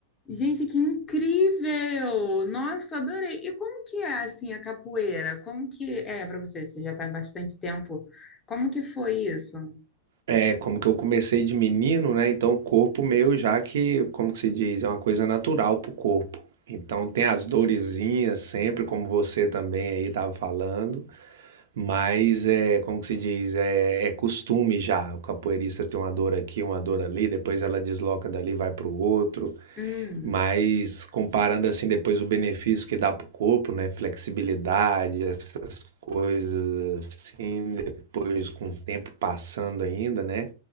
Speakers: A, on the left; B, on the right.
A: Gente, que incrível! Nossa, adorei. E como que é assim a capoeira? Como que é para você? Você já está há bastante tempo. Como que foi isso?
B: É, como que eu comecei de menino, né? Então o corpo meu já que, como que se diz, é uma coisa natural pro corpo. Então tem as dorezinhas sempre, como você também aí estava falando, mas é, como que se diz, é, é costume já. O capoeirista tem uma dor aqui, uma dor ali, depois ela desloca dali, vai pro outro.
A: Hum.
B: Mas comparando, assim, depois o benefício que dá pro corpo, né, flexibilidade, essas coisas assim, depois com o tempo passando ainda, né,